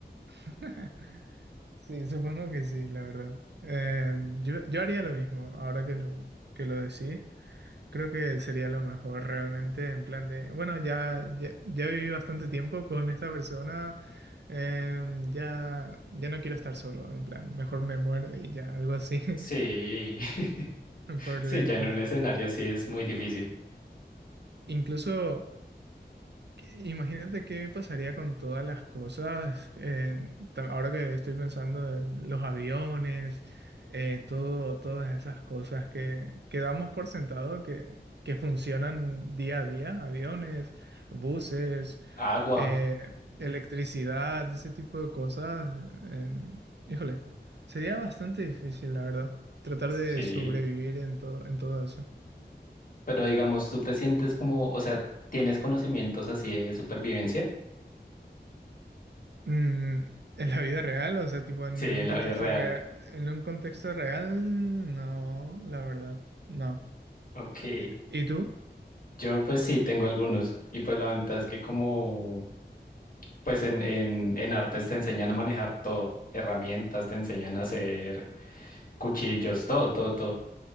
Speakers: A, on the right (about 75°); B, on the left (about 50°).
A: <laughs> Sí, supongo que sí, la verdad. Eh, yo, yo haría lo mismo, ahora que lo, que lo decís. Creo que sería lo mejor realmente, en plan de, bueno, ya, ya, ya viví bastante tiempo con esta persona, eh, ya, ya no quiero estar solo, en plan, mejor me muero y ya, algo así, <laughs>
B: Sí, <laughs>
A: por
B: sí,
A: lejos.
B: ya en un escenario así es muy difícil.
A: Incluso... Imagínate qué pasaría con todas las cosas, eh, tam- ahora que estoy pensando en los aviones, eh, todo, todas esas cosas que, que damos por sentado que, que funcionan día a día, aviones, buses,
B: Agua.
A: eh, electricidad, ese tipo de cosas. eh, híjole, sería bastante difícil, la verdad, tratar
B: Sí,
A: de sobrevivir en todo, en todo eso.
B: pero digamos, tú te sientes como, o sea, tienes conocimientos así de supervivencia.
A: Mm, en la vida real, o sea, tipo en
B: Sí, en
A: un
B: la
A: contexto
B: vida real.
A: real, en un contexto real, no, la verdad, no.
B: Ok.
A: ¿Y, y tú?
B: Yo pues sí tengo algunos. Y pues la ventaja es que como, pues en, en, en artes te enseñan a manejar todo. Herramientas, te enseñan a hacer cuchillos, todo, todo, todo.